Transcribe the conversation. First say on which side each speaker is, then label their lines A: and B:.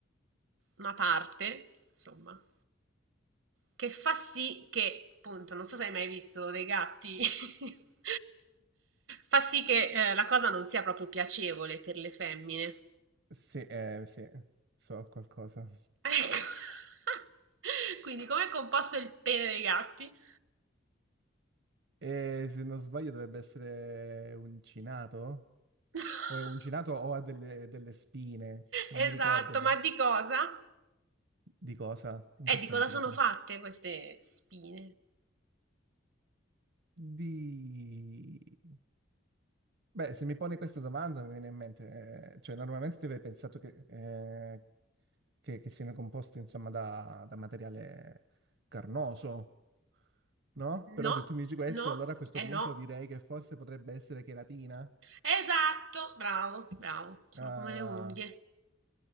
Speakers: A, on the right; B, on the right.
A: una parte, insomma, che fa sì che, appunto, non so se hai mai visto dei gatti, <laughs> fa sì che eh, la cosa non sia proprio piacevole per le femmine.
B: Sì, eh, sì, so qualcosa.
A: Ecco. <laughs> Quindi, com'è composto il pene dei gatti?
B: E se non sbaglio dovrebbe essere uncinato?
A: <laughs>
B: O è uncinato o ha delle, delle spine? Non
A: Esatto,
B: mi ricordo bene.
A: ma di cosa?
B: Di cosa? In
A: Eh,
B: che senso
A: di cosa sono
B: di cosa?
A: fatte queste spine?
B: Di... Beh, se mi pone questa domanda mi viene in mente, eh, cioè normalmente ti avrei pensato che, eh, che, che siano composte insomma da, da materiale carnoso, no? Però
A: No,
B: se tu mi dici questo,
A: no,
B: allora a questo
A: eh
B: punto
A: no.
B: direi che forse potrebbe essere cheratina.
A: Esatto, bravo, bravo. Sono
B: Ah,
A: come le unghie.